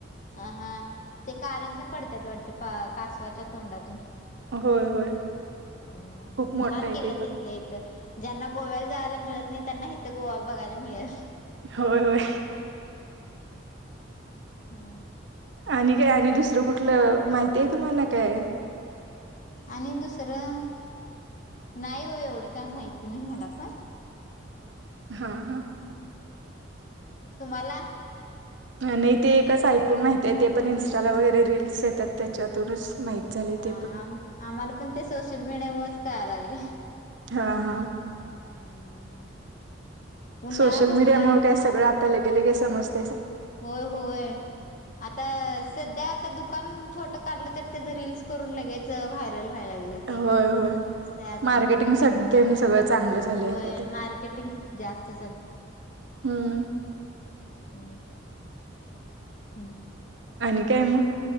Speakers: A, on the left (about 40°); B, on the right (about 65°).
A: ह हा ते कारंज्या पडत्यात वाटत कासवाच्या तोंडातून
B: होय होय.
A: ह
B: खूप मोठं
A: छान
B: आहे
A: केलं
B: ते पण
A: त इथलं इथ ज्यांना गोव्याला जायला मिळत. त्यांना हेथ गोवा बघायला मिळेल.
B: होय होय.
A: हा
B: आणि काय आणि दुसरं कुठलं माहिती आहे, तुम्हाला काय
A: आणि दुसरं नाही हो एवढं काय माहिती नाही मला पण
B: हा हा.
A: तुम्हाला
B: नाही ते एकच ऐकून माहती आहे. ते पण इन्स्टाला वगैरे रिल्स येतात त्याच्यातूनच माहित झाले
A: हा
B: ते पण
A: आम आम्हाला पण ते सोशल मीडिया मुळच कळा लागलय.
B: हा हा.
A: हम्म. उन्हाळा
B: सोशल
A: कसला
B: मीडियामुळे
A: आहे
B: काय सगळं आता लगे लगे समजत.
A: होय होय आता सध्या आता दुकान छोट काढलं तर त्याच रील्स करून लगेयच व्हायरल व्हायला लागले ते,
B: होय होय
A: रील्स तयार
B: मार्केटिंग
A: करून
B: साठी ते सगळं चांगलं झाले
A: होय
B: आता ते
A: मार्केटिंग जास्त चाल
B: हम्म.
A: हम्म. हम.
B: अणि काय मग